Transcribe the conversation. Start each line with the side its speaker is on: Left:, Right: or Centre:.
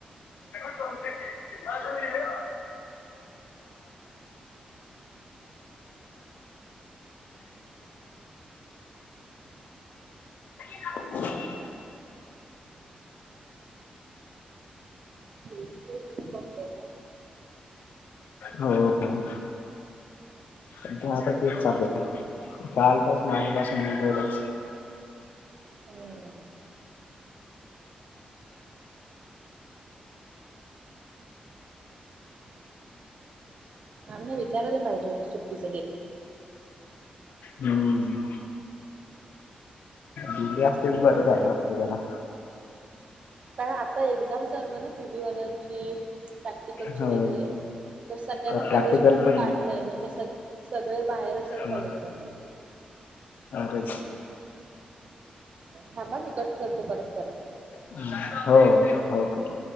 Left: <unintelligible> <inaudible>
Right: तस बघतये <unintelligible>
Left: हो हो, सध्या आता तेच चाल कालपासून आधीपासून मोबाईलच.
Right: होय. आम्ही ना विचाराला पाहिजे होतं सुट्टीचा डे.
Left: हम्म. दिली असती बरं झालं असतं जरा.
Right: कारण आता एक्झाम चालू आहे ना पी व्ही वाल्यांची. प्रॅक्टिकलचे
Left: हो
Right: वेगळे तर सगळ्यांना
Left: प्रॅक्टिकल
Right: कॉलेजमधन
Left: पण
Right: काढलंय म्हणजे स''--'' सगळे बाहेरच आहेत
Left: नाही
Right: कॉलेजमधले.
Left: अरे.
Right: थांबा मी कट करते परत करते.
Left: हम्म हो हो कर.